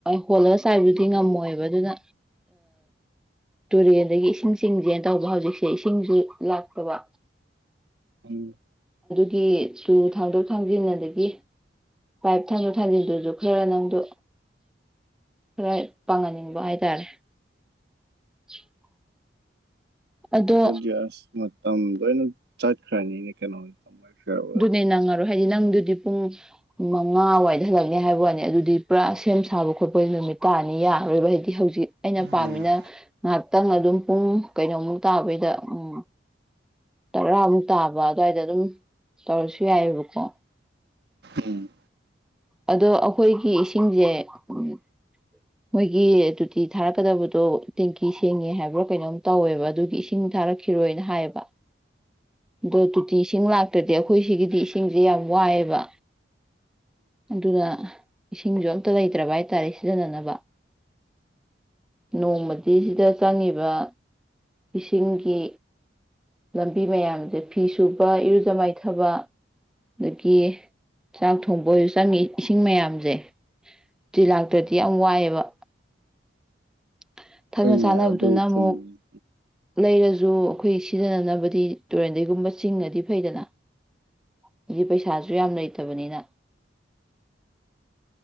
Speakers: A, in the centre; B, on the right.
A: ꯍꯣꯜꯂ ꯆꯥꯏꯕꯗꯨꯗꯤ ꯉꯝꯃꯣꯏꯕ ꯕ ꯑꯗꯨꯅ ꯇꯨꯔꯦꯟꯗꯒꯤ ꯏꯁꯤꯡ ꯆꯤꯡꯖꯦꯅ ꯇꯧꯕ ꯍꯧꯖꯤꯛꯁꯦ ꯏꯁꯤꯡꯖꯨ ꯂꯥꯛꯇꯕ
B: ꯎꯝ
A: ꯒꯤ ꯇꯨꯂꯨ ꯊꯥꯡꯗꯣꯛ ꯊꯥꯡꯖꯤꯟ ꯑꯗꯒꯤ ꯄꯥꯏꯞ ꯊꯥꯡꯗꯣꯛ ꯊꯥꯖꯤꯟꯗꯨꯖꯨ ꯈꯔ ꯅꯪꯗꯣ ꯈꯔ ꯄꯥꯡꯍꯟꯅꯤꯡꯕ ꯍꯥꯏꯇꯥꯔꯦ <unintelligible> ꯑꯗꯣ
B: ꯑꯒꯌ꯭ꯥꯁ ꯃꯇꯝ <unintelligible> ꯆꯠ ꯈ꯭ꯔꯅꯤꯅꯦ ꯀꯩꯅꯣ ꯃꯣꯏ ꯐꯤꯌꯔꯋꯦꯜ
A: ꯕꯨꯅꯦ ꯅꯪꯉꯔꯣꯏ ꯍꯥꯏꯗꯤ ꯅꯪ ꯗꯨꯗꯤ ꯄꯨꯡ ꯃꯉꯥ ꯋꯥꯏꯗ ꯍꯜꯂꯛꯅꯤ ꯍꯥꯏꯕ ꯋꯥꯅꯤ ꯑꯗꯨꯗꯤ ꯄꯨꯔꯥ ꯁꯦꯝ ꯁꯥꯕ ꯈꯣꯠꯄ ꯅꯨꯃꯤꯠ ꯇꯥꯔꯅꯤ ꯌꯥꯔꯣꯏꯕ ꯍꯥꯏꯗꯤ ꯍꯧꯖꯤꯛ ꯑꯩꯅ ꯄꯥꯝꯃꯤꯅ
B: ꯎꯝ
A: ꯉꯥꯏꯍꯥꯛꯇꯪ ꯑꯗꯨꯝ ꯄꯨꯡ ꯀꯩꯅꯣꯃꯨꯛ ꯇꯥꯕꯩꯗ ꯎꯝ ꯇꯔꯥꯃꯨꯛ ꯇꯥꯕ ꯑꯗꯨꯋꯥꯏꯗ ꯑꯗꯨꯝ ꯇꯧꯔꯁꯨ ꯌꯥꯏꯕꯥꯀꯣ
B: ꯎꯝ
A: ꯑꯗꯣ ꯑꯈꯣꯏꯒꯤ ꯏꯁꯤꯡꯖꯦ ꯎꯝ ꯃꯣꯏꯒꯤ ꯇꯨꯇꯤ ꯊꯥꯔꯛꯀꯗꯕꯗꯣ ꯇꯦꯡꯀꯤ ꯁꯦꯡꯉꯦ ꯍꯥꯏꯕ꯭ꯔꯥ ꯀꯩꯅꯣꯝ ꯇꯧꯋꯦꯕ ꯑꯗꯨꯒꯤ ꯏꯁꯤꯡ ꯊꯥꯔꯛꯈꯤꯔꯣꯏꯅ ꯍꯥꯏꯌꯦꯕ ꯗꯣ ꯇꯨꯇꯤ ꯁꯤ ꯁꯤꯡ ꯂꯥꯛꯇ꯭ꯔꯗꯤ ꯑꯈꯣꯏ ꯁꯤꯒꯤꯗꯤ ꯏꯁꯤꯡꯖꯦ ꯌꯥꯝ ꯋꯥꯏꯑꯕ ꯑꯗꯨꯅ ꯏꯁꯤꯡꯖꯨ ꯑꯝꯇ ꯂꯩꯇ꯭ꯔꯕ ꯍꯥꯏꯇꯥꯔꯦ ꯁꯤꯖꯤꯟꯅꯅꯕ ꯅꯣꯡꯃꯗꯤ ꯁꯤꯗ ꯆꯪꯉꯤꯕ ꯏꯁꯤꯡꯒꯤ ꯂꯝꯕꯤ ꯃꯌꯥꯝꯖꯦ ꯐꯤ ꯁꯨꯕ ꯏꯔꯨꯖ ꯃꯥꯏꯊꯕ ꯑꯗꯒꯤ ꯆꯥꯛ ꯊꯣꯡꯕ ꯑꯣꯏꯖꯨ ꯆꯪꯉꯤ ꯏꯁꯤꯡ ꯃꯌꯥꯝꯖꯦ ꯇꯤ ꯂꯥꯛꯇ꯭ꯔꯗꯤ ꯌꯥꯝ ꯋꯥꯏ <unintelligible> ꯊꯛꯅ
B: ꯍꯣꯏꯅꯦ
A: ꯆꯥꯅꯕꯗꯨꯅ
B: ꯑꯗꯨ
A: ꯑꯃꯨꯛ
B: ꯆꯨꯝꯃꯤꯅꯦ
A: ꯂꯩꯔꯁ ꯖꯨ ꯑꯈꯣꯏ ꯁꯤꯖꯟꯅꯅꯕꯗꯤ ꯇꯨꯔꯦꯟꯗꯩꯒꯨꯝꯕ ꯆꯤꯡꯉꯗꯤ ꯐꯩꯗꯅ <unintelligible> ꯄꯩꯁꯥꯖꯨ ꯌꯥꯝ ꯂꯩꯇꯕꯅꯤꯅ